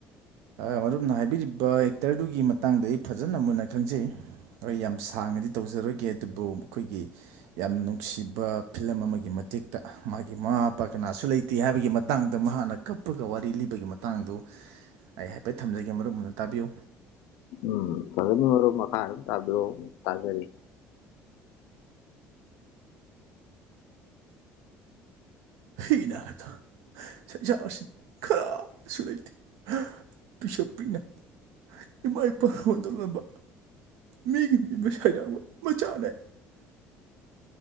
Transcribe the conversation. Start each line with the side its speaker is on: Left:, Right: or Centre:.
Right: ꯑꯥ ꯃꯔꯨꯞꯅ ꯍꯥꯏꯕꯤꯔꯤꯕ ꯑꯦꯛꯇꯔꯗꯨꯒꯤ ꯃꯇꯥꯡꯗ ꯑꯩ ꯐꯖꯅ ꯃꯨꯟꯅ ꯈꯪꯖꯩ ꯑꫭꯏ ꯌꯥꯝ ꯁꯥꯡꯅꯗꯤ ꯇꯧꯖꯔꯣꯏꯒꯦ ꯑꯗꯨꯕꯨ ꯑꯩꯈꯣꯏꯒꯤ ꯌꯥꯝ ꯅꯨꯡꯁꯤꯕ ꯐꯤꯂꯝ ꯑꯃꯒꯤ ꯃꯇꯦꯛꯇ ꯃꯥꯒꯤ ꯃꯃꯥ ꯃꯄꯥ ꯀꯅꯥꯁꯨ ꯂꯩꯇꯦ ꯍꯥꯏꯕꯒꯤ ꯃꯇꯥꯡꯗ ꯃꯍꯥꯛꯅ ꯀꯞꯄꯒ ꯋꯥꯔꯤ ꯂꯤꯕꯒꯤ ꯃꯇꯥꯡꯗꯨ ꯑꯩ ꯍꯥꯏꯐꯦꯠ ꯊꯝꯖꯒꯦ ꯃꯔꯨꯞ ꯃꯨꯟꯅꯥ ꯇꯥꯕꯤꯌꯨ
Left: ꯎꯝ ꯐꯖꯅ ꯃꯔꯨꯞ ꯃꯈꯥ ꯑꯗꯨꯝ ꯇꯥꯕꯤꯔꯛꯑꯣ ꯇꯥꯖꯔꯤ
Right: ꯍꯤꯅ ꯊꯥ ꯁꯪꯁꯥꯔꯁꯤꯗ ꯀꯅꯥꯁꯨ ꯂꯩꯇꯦ ꯄꯤꯁꯛ ꯄꯤꯛꯅ ꯏꯃꯥ ꯏꯄꯥꯅ ꯍꯨꯟꯇꯣꯛꯂꯝꯕ ꯃꯤꯒꯤ ꯃꯤꯌꯨꯝꯗ ꯁꯩꯗꯥꯡꯕ ꯃꯆꯥꯅꯦ